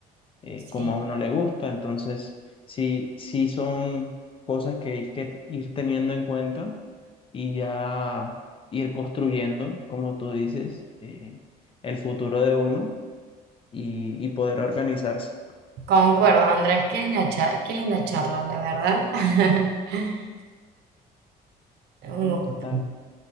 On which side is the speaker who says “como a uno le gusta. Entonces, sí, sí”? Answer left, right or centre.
Left